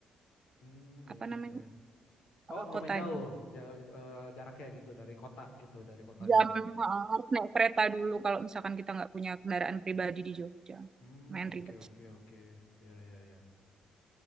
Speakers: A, on the left; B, on the right.
A: Hmm, ya
B: apa namanya
A: ya ya. ya. Oh
B: eh,
A: lumayan
B: kotanya.
A: jauh, jauh eh, jaraknya gitu dari kota gitu dari kotanya
B: Jam
A: masuk.
B: ha, harus naik kereta dulu kalau misalkan kita nggak punya kendaraan pribadi di Jogja,
A: Hmm,
B: main
A: oke
B: ribet.
A: oke oke. Ya ya ya.